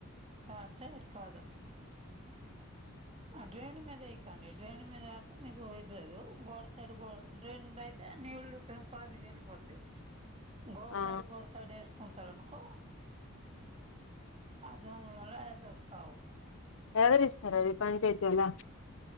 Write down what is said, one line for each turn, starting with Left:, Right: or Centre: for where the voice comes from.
Right: అతే ఇటు కాదం డ్రైన్ మ మీద ఇయికండి డ్రైన్ మద ఆత మీ ఇదు గోడ్ సైడ్ గో డ్రైన్యి నీళ్ళు తనుప అది హపోద్ది గోడ
Left: ఆ
Right: సైడ్ గోడ సైడ్ వేసుకుంటారునుకో అర్థం అవళ <unintelligible>
Left: ఎవ ఇస్తార అది పంచాయతీవోళ్ళ